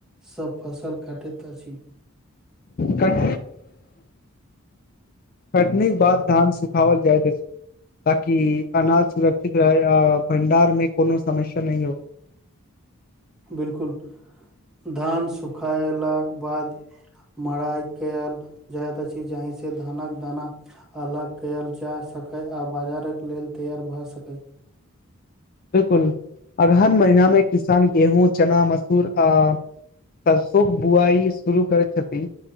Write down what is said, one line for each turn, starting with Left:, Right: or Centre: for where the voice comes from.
Centre: सब फसल कटैत अछि।
Left: कट कटनी बाद धान सुखाबल जाइत ऐछ। ताकि अनाज सुरक्षित रहै आ भण्डारमे कोनो समस्या नहीं हो।
Centre: बिलकुल, धान सुखयलाक बाद मड़ाइ कैल जाइत अछि जाहि स धानक दाना अलग कैल जा सकै आ बाजारक लेल तैयार भ सकै।
Left: बिलकुल, अगहन महीनामें किसान गेहूँ, चना, मसूर आ सरसोक बुआइ शुरू करै छथि।